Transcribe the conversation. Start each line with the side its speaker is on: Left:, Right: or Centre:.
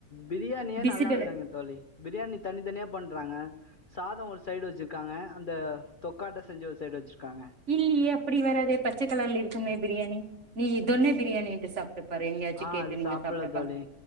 Left: பிரியாணியே
Right: பிசிபெல
Left: நல்லா இல்லங்க தோழி பிரியாணி தனித்தனியா பண்றாங்க சாதோ ஒரு சைடு வச்சுருக்காங்க அந்த தொக்காட்ட செஞ்சு ஒரு சைடு வச்சுருக்காங்க
Right: இல்லியே அப்டி வராதே பச்ச கலர்ல இருக்குமே பிரியாணி நீ தொன்னே பிரியாணின்ட்டு சாப் ப்பப் பாரு எங்கயாச்சு
Left: ஆ
Right: கேட்டு
Left: அது
Right: நீங்க
Left: சாப்புட்ல
Right: சாப்ட்டுப் பாருங்க
Left: தோழி